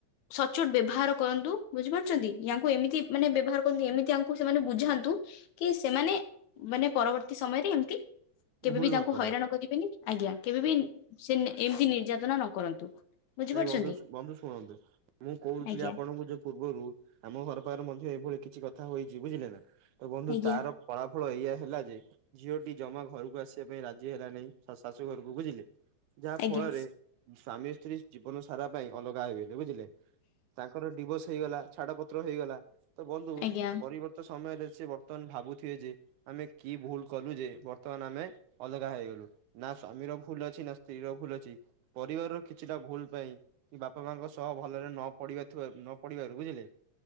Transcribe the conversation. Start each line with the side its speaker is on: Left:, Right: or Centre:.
Left: ସଚୋଟ ବ୍ୟବହାର କରନ୍ତୁ, ବୁଝିପାରୁଛନ୍ତି ୟାଙ୍କୁ ଏମିତି ମାନେ ବ୍ୟବହାର କରନ୍ତନ୍ତିୁ ଏମିତିଙ୍କୁ ସେମାନେ ବୁଝାନ୍ତୁ। କି ସେମାନେ ମାନେ, ପରବର୍ତ୍ତୀ ସମୟରେ ଏମତି କେବେ
Right: ଭୁଲ
Left: ବିି ତାଙ୍କୁ
Right: ନ କର
Left: ହଇରାଣ କରିବେନି, ଆଜ୍ଞା, କେବେ ବିି ସେ ଏମିତି ନିର୍ଯାତନା ନ କରନ୍ତୁ। ବୁଝିପାରୁଛନ୍ତି
Right: ଭାଇ ବନ୍ଧୁ, ବନ୍ଧୁ, ଶୁଣନ୍ତୁ ମୁଁ କହୁଥିଲି
Left: ଆଜ୍ଞା
Right: ଆପଣଙ୍କୁ ଯଦି ପୂର୍ବରୁ ଆମ ଘର ପାଖରେ ମଧ୍ୟ ଏଇଭଳି କିଛି କଥା ହୋଇଛି, ବୁଝିଲେ ନା ତ ବନ୍ଧୁ
Left: ଆଜ୍ଞା
Right: ତାର, ଫଳାଫଳ ଏଇଆ ହେଲା ଯେ ଝିଅଟି ଜମା ଘରକୁ ଆସିବା ପାଇଁ ରାଜି ହେଲା ନେଇଁ। ଶ ଶାଶୁ ଘରକୁ ବୁଝିଲେ ଯାହା
Left: ଆଜ୍ଞା
Right: ଫଳରେ ସ୍ଵାମୀ ସ୍ତ୍ରୀ ଜୀବନ ସାରା ପାଇଁ ଅଲଗା ହେଇଗଲେ ବୁଝିଲେ ତାଙ୍କର ଡିଭୋର୍ସ ହେଇଗଲା ଛାଡପତ୍ର ହେଇଗଲା। ତ ବନ୍ଧୁ
Left: ଆଜ୍ଞା
Right: ପରିବର୍ତ୍ତ ସମୟରେ ସେ ବର୍ତ୍ତମାନ ଭାବୁଥିବେ ଯେ ଆମେ କି ଭୁଲ କଲୁ ଯେ ବର୍ତ୍ତମାନ ଆମେ ଅଲଗା ହେଇଗଲୁ। ନା ସ୍ଵାମୀର ଭୁଲ ଅଛି ନା ସ୍ତ୍ରୀ ର ଭୁଲ ଅଛି। ପରିବାରର କିଛିଟା ଭୁଲ ପାଇଁ କି ବାପା ମାଙ୍କ ସହ ଭଲରେ ନ ପଡିବାଥିବା ନ ପଡିବାରୁ ବୁଝିଲେ।